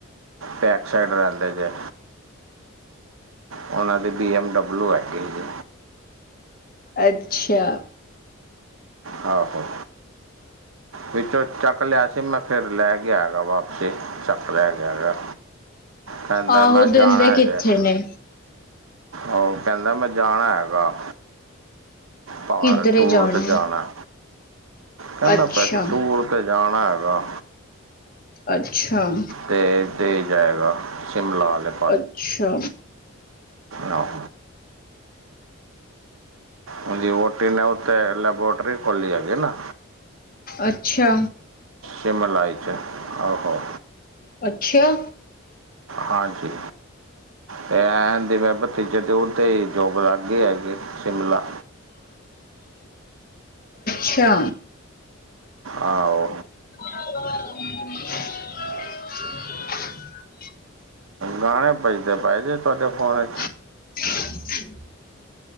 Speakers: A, on the right (about 75°); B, on the left (about 40°).
A: Back side ਰਹਿੰਦੇ ਜੇ। ਉਹਨਾ ਦੇ ਬੀ ਐਮ ਡਬਲੂ ਹੈਗੇ ਜੀ।
B: ਅੱਛਾ।
A: ਆਹੋ। ਵਿੱਚੋਂ ਚੱਕ ਲਿਆ ਸੀ ਮੈਂ ਫੇਰ ਲੈ ਕੇ ਆ ਗਿਆ ਵਾਪਸੀ ਈ ਚੱਕ ਲੈ ਗਿਆ ਗਾ, ਕਹਿੰਦਾ
B: ਆਹੋ
A: ਮੈਂ
B: ਦਿੰਦੇ
A: ਜਾਣਾ
B: ਕਿੱਥੇ
A: ਹੈਗਾ।
B: ਨੇ
A: ਉਹ ਕਹਿੰਦਾ ਮੈਂ ਜਾਣਾ ਹੈਗਾ। ਬਾਹਰ
B: ਕਿੱਧਰੇ
A: ਟੂਰ ਤੇ
B: ਹੈ?
A: ਜਾਣਾ। ਕਹਿੰਦਾ
B: ਅੱਛਾ
A: ਪਿਆ ਸੀ ਟੂਰ ਤੇ ਜਾਣਾ ਹੈਗਾ।
B: ਅੱਛਾ
A: ਦੇ ਦੇ ਜਾਏਗਾ, ਸ਼ਿਮਲਾ -
B: ਅੱਛਾ।
A: ਆਹੋ ਹਾਜੀ ਓਟੀ ਨੇ ਉੱਤੇੇ ਲੈਬੋਰਟਰੀ ਖੋਲ੍ਹੀ ਜਾਦੀ ਨਾ।
B: ਅੱਛਾ।
A: ਸ਼ਿਮਲਾ ਵਿੱਚ ਆਹੋੋ।
B: ਅੱਛਾ।
A: ਹਾਂਜੀ, ਤੇ ਐ ਦੀਵੇੈ ਭਤੀਜੇ ਦਿਓ ਤੇ ਜੋਬ ਲੱਗ ਗਈ ਹੈਗੀ। ਸ਼ਿਮਲਾ
B: ਅੱਛਾ।
A: ਆਹੋ
B: <unintelligible>
A: ਗਾਣੇ ਭੱਜਦੇ ਪਏ ਜੇ ਤੁਹਾਡੇ ਫੋਨ ਵਿੱਚ।
B: <inaudible>